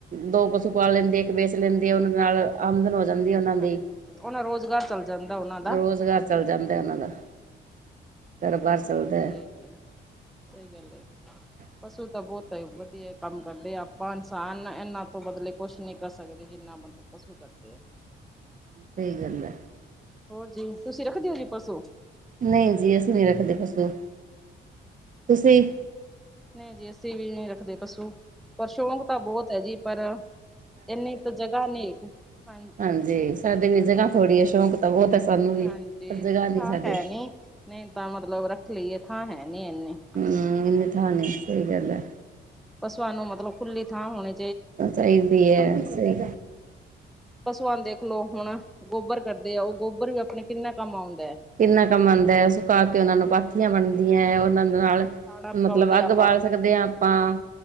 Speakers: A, on the right; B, in the centre.
A: ਦੋ ਪਸੂ ਪਾ ਲੈਂਦੇ‌ਐ, ਇੱਕ ਵੇਚ ਲੈਂਦੇ ਆ ਉਨਾਂ ਦੇ ਨਾਲ ਆਮਦਨ ਜਾਂਦੀ ਉਨਾਂ
B: ਹਾਂਜੀ
A: ਦੀ,
B: ਉਹਨਾਂ ਰੋਜ਼ਗਾਰ ਚੱਲ ਜਾਂਦਾ ਉਹਨਾਂ ਦਾ
A: ਰੋਜ਼ਗਾਰ ਚੱਲ ਜਾਂਦਾ ਉਨਾਂ ਦਾ ਘਰਬਾਰ ਚਲਦਾ।
B: ਸਈ ਗੱਲ ਏ ਜੀ।
A: <inaudible>
B: ਪਸੂ ਤਾਂ ਬੌਤ <unintelligible> ਵਦੀਆ ਕੰਮ ਕਰਦੇ ਅਪਾਂ ਇਨਸਾਨ ਇਹਨਾਂ ਤੋਂ ਬਦਲੇ ਕੁਛ ਨੀ ਕਰ ਸਕਦੇ ਜਿੰਨਾ ਮਤਲਬ ਪਸੁ ਕਰਦੇ ਐ।
A: ਸਈ ਗੱਲ ਐ।
B: ਹੋਰ ਜੀ, ਤੁਸੀਂ ਰੱਖਦੇ ਓ ਜੀ ਪਸੁ
A: ਨਈ ਜੀ ਅਸੀਂ ਨੀ ਰੱਖਦੇ ਪਸੂ ਤੁਸੀਂ
B: ਨਈ ਜੀ ਅੱਸੀ ਵੀ ਨੀ ਰੱਖਦੇ ਪਸੂ। ਪਰ ਸ਼ੌਕ ਤਾਂ ਬੌਤ ਏ ਜੀ ਪਰ ਇਨੀ ਤਾਂ ਜਗ੍ਹਾ ਨੀ ਹੈ
A: ਹਾਂਜੀ। ਸਾਡੇ ਵੀ ਜਗਾ ਥੋੜੀ ਐ ਸ਼ੌਕ ਓ ਤੇ ਸਾਨੂੰ ਵੀ
B: ਹਾਂਜੀ,
A: ਪਰ ਜਗ੍ਹਾ ਨਹੀਂ
B: ਥਾਂ
A: ਸਾਡੇ
B: ਹੈ ਨੀ, ਨਈ ਤਾਂ ਮਤਲਬ ਰੱਖ ਲਈਏ, ਥਾਂ ਹੈ ਨੀ ਇਨੀ
A: ਹੂੰ, ਇਨੀ ਥਾਂ ਨਈ, ਸਈ ਗੱਲ ਐ।
B: ਪਸੂਆਂ ਨੂੰ ਮਤਲਬ ਖੁੱਲੀ ਥਾਂ ਹੋਨੀ
A: ਚਾਇਦੀ ਏ ਸਈ
B: ਪਸੂਆ ਨੂੰ ਦੇਖਲਓ ਹੁਣ ਗੋਬਰ ਕਰਦੇ ਆ, ਓ ਗੋਬਰ ਵੀ ਅਪਣੇ ਕਿੰਨਾ ਕੰਮ ਆਉਂਦਾ।
A: ਕਿੰਨਾ ਕੰਮ ਆਂਦਾ, ਸੁਕਾ ਕੇ ਉਨਾਂ ਨੂੰ ਪਾਥ ਥੀਆ ਬਣਦੀਆਂ ਐ, ਉਹਨਾਂ
B: ਹਾਂਜੀ
A: ਦੇ ਨਾਲ
B: ਖਾਣਾ ਪਕਾਉਂਦੇ
A: ਮਤਲਬ ਅੱਗ
B: ਆਪਾਂ
A: ਬਾਲ ਸਕਦੇ ਆ ਅਪਾਂ।